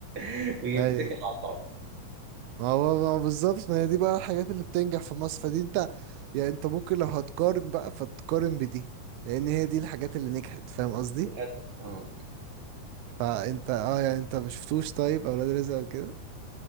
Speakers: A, on the right; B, on the right.
A: <laughs> ويتكل
B: اي
A: على الله
B: ما هو ما هو بالظبط ما هي دي بقى الحاجات اللي بتنجح في مصر فدي انت يعني انت ممكن لو هتقارن بقى فتقارن بدي لان هي دي الحاجات اللي نجحت فاهم قصدي
A: للأسف آه.
B: فانت اه يعني انت مش شفتوش طيب اولاد رزق وكده